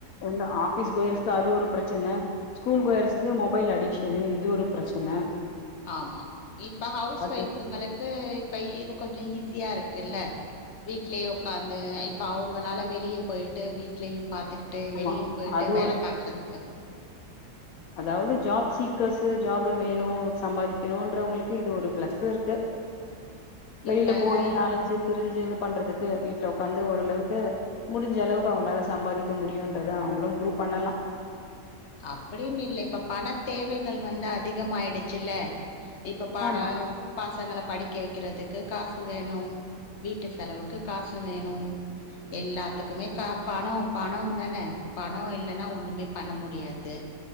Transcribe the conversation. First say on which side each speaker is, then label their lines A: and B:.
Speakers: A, on the left (about 75°); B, on the left (about 50°).
A: ஒன்னு ஆஃபிஸ் கோயர்ஸ்க் அது ஒரு பிரச்சன ஸ்கூல் கோயர்ஸ்க்கு மொபைல் அடிக்ஷனு இது ஒரு பிரச்சன
B: ஆமா இப்ப ஹவுஸ்
A: அது
B: ஒய்ஃப்ங்களுக்கு இப்ப இது கொஞ்சோ ஈஸியா இருக்குல்ல வீட்லேயே உட்காந்து இப்ப அவுங்களால வெளிய போயிட்டு வீட்லயும் பாத் துக்கிட்டு
A: ஆமா
B: வெளியும் போயிட்டு
A: அது
B: வேல பாக்கறத்துக்கு
A: அதாவ்து ஜாப் சீக்கர்ஸ்சு ஜாப்பு வேணு சம்பாதிக்கணூன்றவ்ங்களுக்கு இது ஒரு பிளஸ்சு இருக்கு வெளில
B: இப்ப
A: போயி அலைஞ்சு திரிஞ்சு இது பண்றதுக்கு வீட்ல ஒட்காந்து ஓரளவுக்கு முடிஞ்ச அளவுக்கு அவங்ளால சம்பாதிக் க முடியுன்றத அவங்ளு ப்ரூ பண்ணலா
B: அப்டின்னு இல்ல இப்ப பணத் தேவைகள் வந்து அதிகமாயிடுச்சுல இப்ப பாட
A: ஆமா
B: பசங்கள படிக்க வைக்கிறதுக்கு காசு வேணு வீட்டு செலவுக்கு காசு வேணு எல்லாத்துக்குமே கா பணொ பணொ தானே பணொ இல்லைன்னா ஒண்ணுமே பண்ண மு டியாது